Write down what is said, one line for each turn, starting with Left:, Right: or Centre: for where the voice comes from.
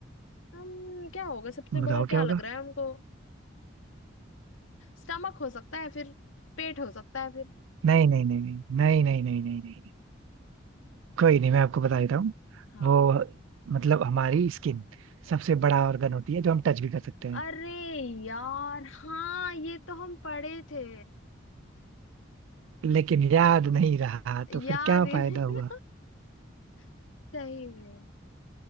Left: हम क्या होगा सबसे
Right: बताओ
Left: बड़ा क्या
Right: क्या होगा
Left: लग रहा है हमको स्टमक हो सकता है फिर पेट हो सकता है फिर
Right: नहीं नहीं नहीं नहीं नहीं नहीं नहीं नहीं नहीं कोई नहीं मैं आपको बता देता हूँ
Left: हाँ
Right: वो मतलब हमारी स्किन सबसे बड़ा ऑर्गन होती है जो हम टच भी कर सकते हैं
Left: अरे यार हाँ ये तो हम पढ़े थे
Right: लेकिन याद नहीं रहा तो
Left: याद
Right: फिर क्या
Left: ही
Right: फायदा
Left: नहीं
Right: हुआ
Left: <laughs> सही में